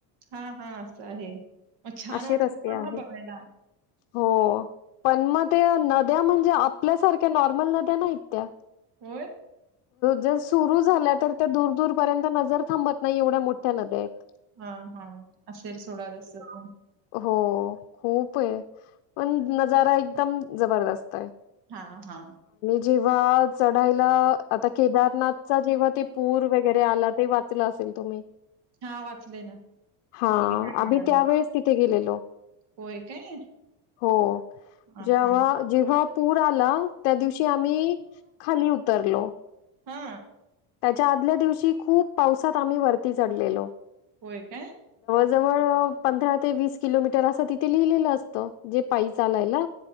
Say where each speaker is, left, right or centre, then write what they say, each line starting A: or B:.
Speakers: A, on the right; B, on the left.
A: हा हा असं आहे मग छान
B: असे
A: वाटत
B: रस्ते
A: तीथ
B: आहेत.
A: म बघायला.
B: हो पण मग त्या नद्या म्हणजे आपल्यासारख्या नॉर्मल नद्या नाहीत त्या.
A: होय.
B: जर सुरू झाल्या तर त्या दूर दूरपर्यंत नजर थांबत नाही एवढ्या मोठ्या नद्यायेत.
A: हा हा असेल सोडाअस पण
B: हो खूपे पण नजारा एकदम जबरदस्तये.
A: हा हा.
B: जेव्हा च ढायला आता केदारनाथचा जेव्हा ते पूर वगैरे आला ते वाचलं असेल तुम्ही.
A: हा वाचले ना.
B: हा
A: बघितलं मोबाईलवर.
B: आम्ही त्यावेेळेस तिथे गेलेलो.
A: होय काय
B: हो
A: हा
B: जेव्हा,
A: हा
B: जेव्हा. पूर आला त्या दिवशी आम्ही खाली उतरलो.
A: हा.
B: त्याच्या आदल्या दिवशी खूप पावसात आम्ही वरती चढलेलो.
A: होय काय
B: जवळ पंधरा ते वीस किलोमीटर असं तिथे लिहिलेलं असत जे पायी चालायला